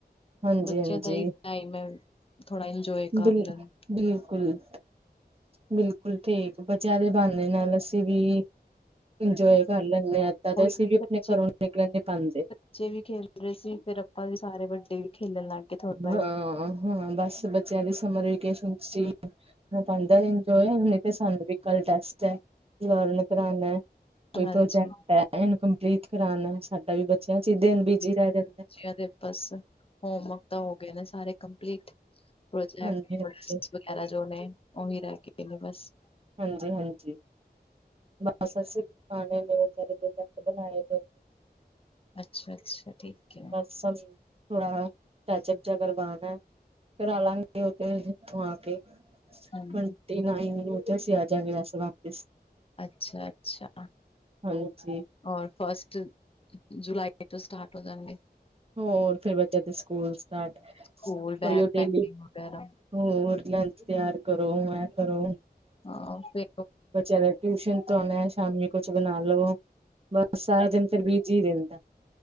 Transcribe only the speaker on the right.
ਹਾਂਜੀ
ਹਾਂਜੀ
ਦਲ।
ਬਿਲਕੁਲ, ਬਿਲਕੁਲ ਠੀਕ ਬੱਚਿਆ ਦੇ ਬੵਾਨੇ ਨਾਲ ਅਸੀਂ ਵੀ ਇੰਜੋਏ ਕਰ ਲੈਂਦੇ ਹਾਂ, ਏਦਾਂ ਤੇ
ਅਸੀਂ ਵੀ ਆਪਣੇ
ਘਰੋਂ ਨਿਕਲ ਨਹੀ ਪਾਉਂਦੇ
ਹਾਂ,
ਹਾਂ ਬਸ ਬੱਚਿਆਂ ਦੀ ਸਮਰ ਵੇਕੇਸ਼ਨ ਸੀ, ਉਹ ਪਉਂਦਾ ਇੰਜੋਏ ਤੇ ਸ ਵੀ ਕਲ ਟੈਸਟ ਹੈ, ਲਰਨ ਕਰਾਉਣਾ, ਕੋਈ
ਪ੍ਰੋਜੈਕਟ ਹੈ ਇਹਨੂੰ ਕੰਪਲੀਟ ਕਰਾਉਣਾ, ਸਾਡਾ ਵੀ ਬੱਚਿਆਂ 'ਚ ਦਿਨ ਬਿਜੀ ਰਹਿ ਜਾਂਦਾ
ਹਾਂਜੀ-ਹਾਂਜੀ,
ਹਾਂਜੀ-ਹਾਂਜੀ, ਬਸ ਅਸੀ ਖਾਣੇ ਦੇ ਪ੍ਰੋਜੈਕਟ ਬਣਾਏ ਗ।
ਬਸ ਸਾਨ, ਥੋੜਾ ਪ‌ੈਚਪ ਜਿਆ ਕਰਵਾਨਾ ਏ, ਕਰਾਲਾਂਗੇ ਉਥੈ ਉੱਥੋਂ ਆ ਕੇ ਟਵੰਟੀ
ਨਾਈਨ ਨੂ ਤੇ ਅਸੀਂ ਆਜਗੇ ਵੈਸੇ ਵਾਪਿਸ।
ਹਾਂਜੀ
ਹੋਰ ਫਿਰ ਬੱਚਿਆਂ ਦੇ ਸਕੂਲ ਸਟਾਟ,
ਹੋਈਓ ਡੇਲੀ।
ਹੋਰ ਲੰਚ ਤਿਆਰ ਕਰੋ ਐ ਕਰੋ।
ਬ‌ੱਚਿਆਂ ਨੇ ਟਵੀਸ਼ਨ ਤੋਂ ਆਉਨਾ ਸ਼ਾਮੀ ਕੁਛ ਬਣਾ ਲਵੋ। ਬਸ ਸਾਰਾ ਦਿਨ ਫੇਰ ਬੀਜੀ ਰੈਦਾਂ।